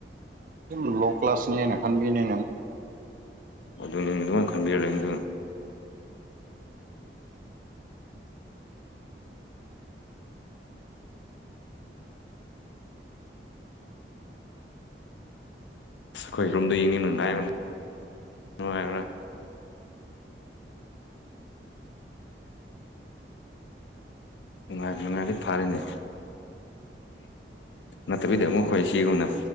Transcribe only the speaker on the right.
ꯑꯗꯨꯝ ꯂꯣ ꯀꯂ꯭ꯥꯁ ꯅꯦꯅ ꯈꯟꯕꯤꯕꯅꯦ